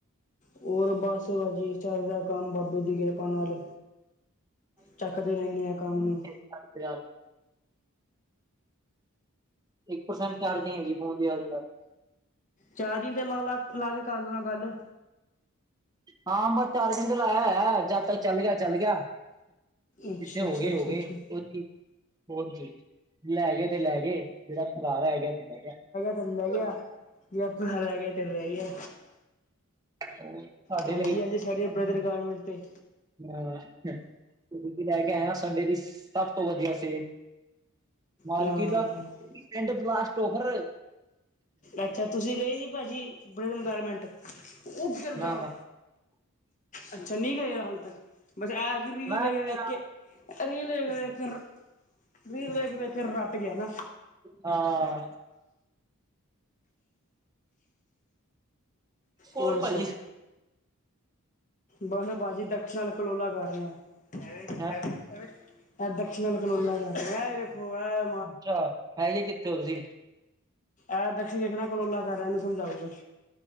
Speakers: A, on the left; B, on the right.
A: ਹੋਰ ਬਸ ਵਜੇ। ਚੱਲਦਾ ਕੰਮ ਬਾਬੇ ਦੀ ਕਿਰਪਾ ਨਾਲ ਚੱਕਦੇ ਰਹਿੰਦੇ ਹੈ ਕੰਮ ਨੂੰ
B: ਹੱਤ ਯਾਰ ਇੱਕ ਪਰਸੈਂਟ ਚਾਰਜ ਨਹੀਂ ਹੈਗੀ ਫੋਨ ਦੀ ਐਵੇਂ ਯਾਰ।
A: ਚਾਰੀ ਦੇ ਨੌ ਲੱਖ ਲੱਗ ਕਰ ਦੇਣਾ ਕੱਲ
B: ਹਾਂ ਬਸ ਚਾਰਜਿੰਗ ਤੇ ਲਾਇਆ ਆ ਜਦ ਤ ਚੱਲ ਗਿਆ ਚੱਲ ਗਿਆ
A: ਅੱਛਾ
B: ਜਿੱਥੇ ਹੋ
A: ਅੱਛਾ
B: ਗਏ
A: ਅੱਛਾ
B: ਹੋ ਗਏ
A: ਅੱਛਾ
B: ਉੱਥੇ ਹੀ ਹੋਰ ਕੀ ਲੈ ਗਏ ਤੇ ਲੈ ਗਏ ਜਿਹੜਾ ਫਰਾਰਾ ਹੈ ਗਿਆ ਇੱਥੇ ਬਹਿ ਜਾ
A: ਗੰਦਾ ਜਿਹਾ ਰਹਿ ਗਿਆ ਤੇਰੇ ਰਹਿ ਗਿਆ
B: ਉਹ ਤੁਹਾਡੇ
A: ਹਾਂਜੀ ਹਜੇ ਸਾਡੇ ਬ੍ਰਦਰ ਗਰਮੈਂਟ ਤੇ
B: ਹੂ,,, ਤੂੰ ਜੁੱਤੀ ਲੈ ਕੇ ਆਏ ਹੋ ਸੰਡੇ ਦੀ ਸਭ ਤੋਂ ਵਧੀਆ ਸੇਲ। ਮਾਰਕੀਟ
A: ਹਾਂ
B: ਦਾ ਕਿਉਂਕਿ ਐਂਡ ਬਲਾਸਟ ਓਵਰ
A: ਅੱਛਾ ਤੁਸੀਂ ਗਏ ਸੀ ਭਾਜੀ ਬੜੇ ਦਿਨ ਗੈਰਮਿੰਟ ਉਹ ਗਿਰ
B: ਨਾ
A: ਜਾਣਾ।
B: ਨਾ
A: ਅੱਛਾ ਨਹੀਂ ਗਏ ਹਾਲੇ ਤੱਕ ਬਸ ਐ ਰੀਲ
B: ਮੈਂ
A: ਵੇਖ
B: ਕਿਹਾ
A: ਕੇ ਰੀਲ ਵੇ। ਕਰ ਮੀਂਹ ਵੇਖ ਵੇਖ ਕੇ ਰਟ ਗਿਆ ਨਾ
B: ਹਾਂ। ਹੋਰ
A: ਹੋ ਦੱਸੋ
B: ਭਾਜੀ
A: ਬਸ ਭਾਜੀ ਦਸ਼ਣ ਕਲੋਲਾ ਕਰ ਰਹੇਹਾ਼। ਇਹ ਵੇਖ
B: ਹੈਂ
A: ਐ ਇਹ ਵੇਖ ਐ ਦਕਸ਼ਣ ਕਨੋਲਾ ਕਰ ਇਹ ਵੇਖੋ ਐ।
B: ਅੱਛਾ ਹੈਗੇ ਕਿੱਥੋਂ ਹੋ ਤੁਸੀਂ।
A: ਇਹ ਦਕਸ਼ਿ ਵੇਖਣਾ ਕਲੋਲਾ ਕਰ ਰਿਹਾ ਇਹਨੂੰ ਸਮਝਾਓ ਕੁਛ